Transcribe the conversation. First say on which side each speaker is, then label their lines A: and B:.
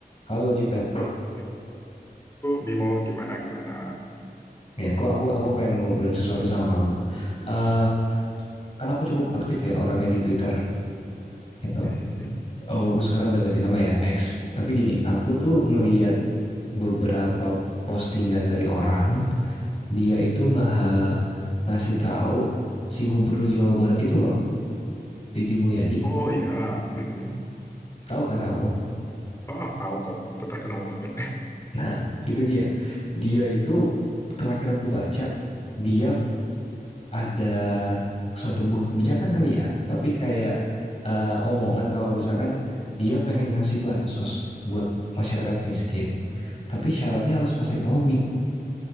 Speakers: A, on the left; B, on the left.
A: Halo Juven,
B: Itu Bimo gimana gimana.
A: ya aku aku aku pengen ngobrolin sesuatu sama kamu. Eh karena aku cukup aktif ya orangnya di Twitter gitu.
B: Mm-mm.
A: Walaupun sekarang udah ganti nama ya X. Tapi gini, aku tuh ngeliat beberapa postingan dari orang, dia itu nge ngasih tahu si Gubernur Jawa Barat itu loh, Deddy Mulyadi.
B: Oh ya, Mm-mm.
A: Tahu kan kamu?
B: Oh, ah, tahu kok, itu terkenal banget.
A: Nah, itu dia. Dia itu terakhir aku baca, dia ada suatu buah kebijakan kali ya, tapi kayak eh, omongan kalau misalkan dia pengen ngasih bansos buat masyarakat miskin, tapi syaratnya harus pakai Tommy.